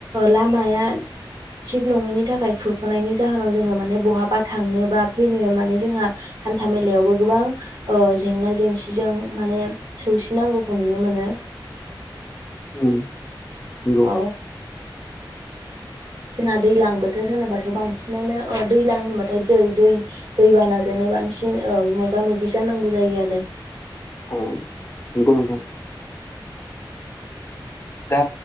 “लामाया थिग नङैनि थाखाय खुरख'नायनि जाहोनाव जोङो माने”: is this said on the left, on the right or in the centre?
Right